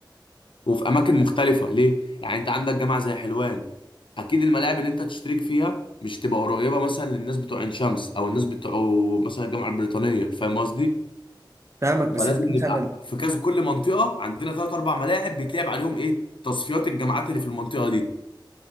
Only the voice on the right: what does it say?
فاهمك بس
انت مثلا